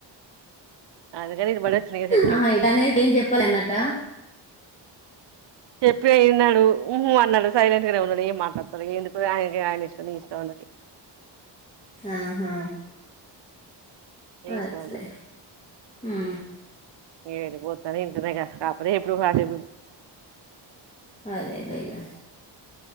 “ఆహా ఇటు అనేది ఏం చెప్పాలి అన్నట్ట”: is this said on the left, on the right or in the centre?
Left